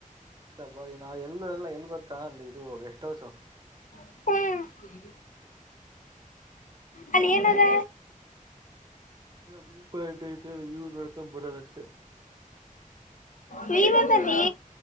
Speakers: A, on the right; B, on the left.
A: ಹ್ಮ ಇಲ್ಲ ಎಲ್ಲು ಅಲ್ಲ ಎಲ್ಲಿ ಗೊತ್ತಾ ಅಲ್ಲಿ ಇದು ಗೆಸ್ಟ್ ಹೌಸ್.
B: ಹ್ಮ
A: ಅಲ್ಲಿ.
B: ಅಲ್ಲಿ ಏನ್ ಅದ.
A: ವ್ಯೂ ಪಾಯಿಂಟ್ ಐತೆ ವ್ಯೂ ನೋಡಿಕೊಂಡು ಬರೋದ ಅಷ್ಟೇ.
B: ವ್ಯೂದಲ್ಲಿ